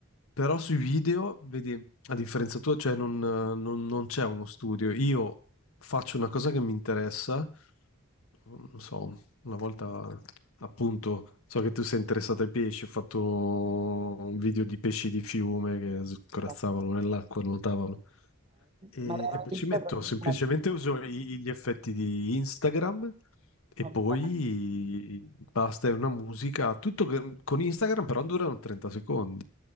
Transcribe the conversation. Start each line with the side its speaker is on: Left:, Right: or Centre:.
Left: però sui video, vedi, a differenza tua, cioè non non- non c'è uno studio. Io faccio una cosa che mi interessa non so, una volta appunto, so che tu sei interessato ai pesci, ho fatto un video di pesci di fiume che scorazzavano
Right: ok,
Left: nell'acqua, nuotavano. E,
Right: ma era
Left: e poi
Right: realizzato...
Left: ci metto semplicemente
Right: ma-
Left: uso i- gli effetti di Instagram e
Right: ok.
Left: poi basta, è una musica, tutto che- con Instagram però durano 30 secondi.